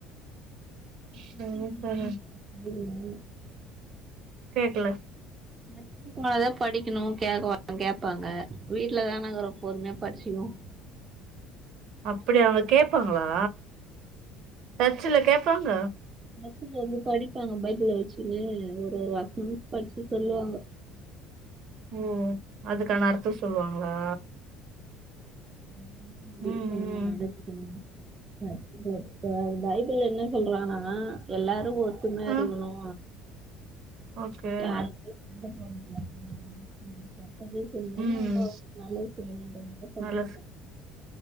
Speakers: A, on the right; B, on the right.
A: <unintelligible>
B: சரி சரி கேக்கல
A: <unintelligible> உங்களதா படிக்கணு <unintelligible> கேப்பாங்க வீட்லதானக்கிறோ பொறுமயா படிச்சுகுவோ
B: அப்டியா அவங்க கேப்பாங்களா சர்ச்சுல கேப்பாங்க
A: சர்ச்சுல வந்து படிப்பாங்க பைபிள வச்சுனு ஒரு ஒரு அக்க படிச்சு சொல்லுவாங்க
B: ஓ அதுக்கான அர்த்த சொல்லுவாங்களா
A: ம் விருப்ப
B: ம்
A: இல்ல
B: ம்
A: நடக்கணும் அ பைபிள்ள என்ன சொல்றானா எல்லாரு ஒ துமயா
B: ஆ
A: இருக்கணு
B: ஓகே
A: யாரு <unintelligible> ம் கேட்டதே செய்ஞ்சாலு
B: ம்
A: நம்ம அவுங்களுக்கு நல்லது செய்யணுன்ற மாரி தா சொல்றாங்க
B: நல்ல